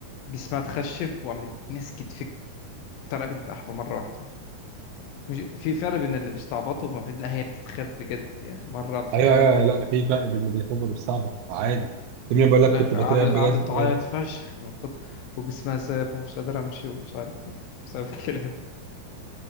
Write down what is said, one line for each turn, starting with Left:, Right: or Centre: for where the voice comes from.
Left: جسمها اتخشب وقامت مسكت في الطريقه بنت احبه مره واحده مش في فرق بين اللي بيستعبطوا وما بين لا هي بتتخف بجد يعني مره قبل
Right: ايوه
Left: كده
Right: ايوه أيوة، لا في فرق بين اللي بيخاف واللي بيستعبط عادي ابني بقول لك
Left: لا
Right: كنت
Left: قعدت
Right: بترعب بجد
Left: قعدت تعيط
Right: بجد
Left: فشخ من كتر وجسمها ساب ومش قادره امشي ومش عارف ايه بسبب <laughs> الكلاب